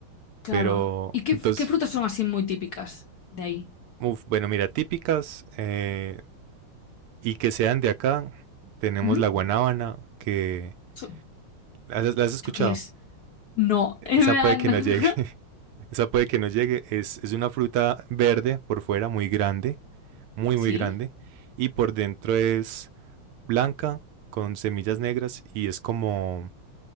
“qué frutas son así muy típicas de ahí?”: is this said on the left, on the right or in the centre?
Left